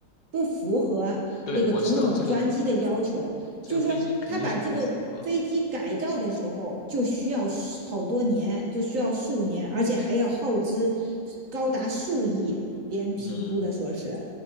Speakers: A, on the right; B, on the left.
A: 不符合那个总统专机的要求，
B: 对，我知道这个这个飞机肯定是不符合，
A: 就是说他把这个飞机改造的时候就需要好多年，就需要数年，而且还要耗资高达数亿，别人评估的说是，
B: 嗯，